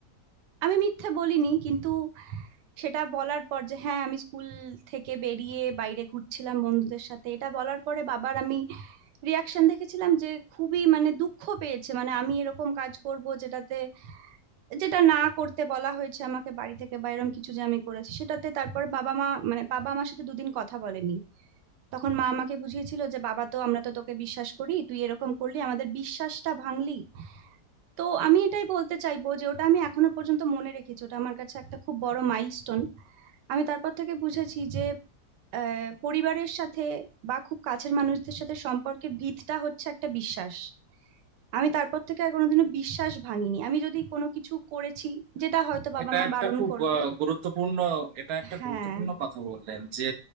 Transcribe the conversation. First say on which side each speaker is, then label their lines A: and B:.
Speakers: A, on the right; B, on the right.
A: আমি মিথ্যা বলিনি কিন্তু সেটা বলার পর যে হ্যাঁ আমি স্কুল থেকে বেরিয়ে বাইরে ঘুরছিলাম বন্ধুদের সাথে এটা বলার পরে বাবার আমি রিয়াকশন দেখেছিলাম যে খুবই মানে দুঃখ পেয়েছে মানে আমি এরকম কাজ করব যেটাতে যেটা না করতে বলা হয়েছে আমাকে বাড়ি থেকে বা এরকম কিছু যে আমি করেছি সেটাতে তারপর বাবা মা মানে বাবা আমার সাথে দুদিন কথা বলেনি তখন মা আমাকে বুঝিয়েছিল যে বাবা তো আমরা তো তোকে বিশ্বাস করি তুই এরকম করলি আমাদের বিশ্বাসটা ভাঙলি তো আমি এটাই বলতে চাইবো যে ওটা আমি এখনো পর্যন্ত মনে রেখেছি ওটা আমার কাছে একটা খুব বড় মাইলস্টোন আমি তারপর থেকে বুঝেছি যে আহ, পরিবারের সাথে বা খুব কাছের মানুষদের সাথে সম্পর্কের ভিতটা হচ্ছে একটা বিশ্বাস আমি তারপর থেকে আর কোনোদিনও বিশ্বাস ভাঙিনি আমি যদি কোনো কিছু করেছি যেটা হয়তো বাবা
B: এটা
A: মা
B: একটা
A: বারণ
B: খুব
A: করবে
B: আহ, গুরুত্বপূর্ণ এটা একটা
A: হ্যাঁ
B: গুরুত্বপূর্ণ কথা বললেন যে